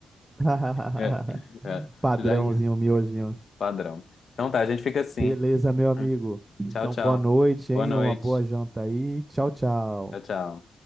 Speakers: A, on the right; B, on the left.
A: <laughs>
B: É, é.
A: Padrãozinho,
B: Já engan-
A: miojinho.
B: padrão. Então tá, a gente fica assim.
A: Beleza, meu amigo.
B: Hum,
A: Então,
B: Tchau, tchau.
A: boa noite, hein?
B: Boa noite.
A: Uma boa janta aí. Tchau, tchau.
B: Tchau, tchau.